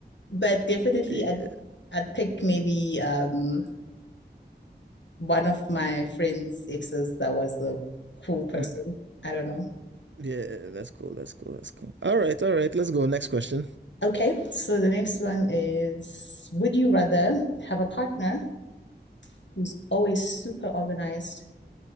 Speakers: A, on the left; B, on the right.
A: But definitely
B: Yeah.
A: I'd I'd pick maybe um one of my friend's exes that was a cool person.
B: Mm.
A: I don't know.
B: Yeah, that's cool. That's cool. That's cool. All right, all right. Let's go. Next question.
A: Okay, so the next one is Would you rather have a partner who's always super organized